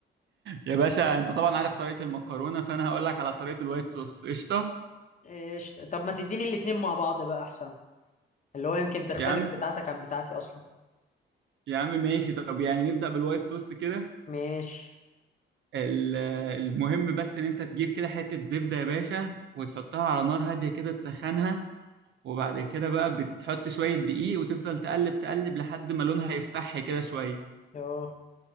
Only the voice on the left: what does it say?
إيش طب ما تديني الاتنين مع بعض بقى احسن اللي هو يمكن تختلف
بتاعتك عن بتاعتي اصلا
ماشي
اه